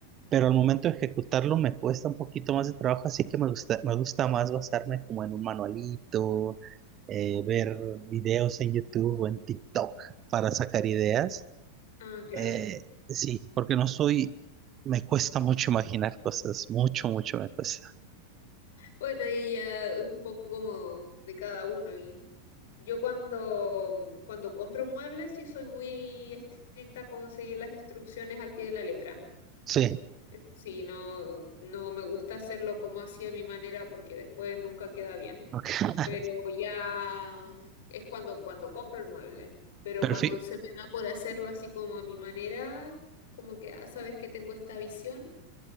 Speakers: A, on the right; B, on the left.
A: pero al momento de ejecutarlo me cuesta un poquito más de trabajo, así que me gusta, me gusta más basarme como en un manualito, eh, ver videos en YouTube o en TikTok para sacar ideas.
B: Ah, claro.
A: Eh, sí, porque no soy, me cuesta mucho imaginar cosas, mucho, mucho me cuesta.
B: Bueno, ahí ya es un poco como de cada uno y yo cuando, cuando compro muebles sí soy muy estricta con seguir las instrucciones al pie de la letra.
A: Sí,
B: Sí, no, no me gusta hacerlo como así a mi manera porque después nunca queda bien.
A: ok.
B: pero ya es cuando, cuando compro el mueble. Pero
A: Pero,
B: cuando
A: fi-
B: se me da por hacerlo así como a mi manera, como que, ah, sabes que tengo esta visión,